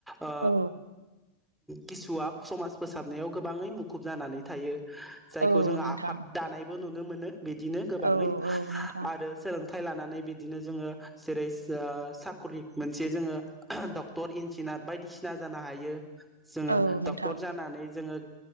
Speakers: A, in the centre; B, on the right.
A: ओ
B: औ।
A: किसुआ समाज फोसाबनायाव गोबाङै मुखुब जानानै थायो जायखौ
B: औ
A: जोङो
B: नोंथां
A: आफाद दानायबो नुनो मोनो बिदिनो गोबाङै
B: औ औ नोंथां
A: आरो सोलों थाइ लानानै बिदिनो जोङो जेरै ओ साख्रि मोनसे जोङो डक्टर इन्जिनि बायदिसिना जानो हायो जोंङो
B: औ नोंथां
A: डक्टर जानानै जोङो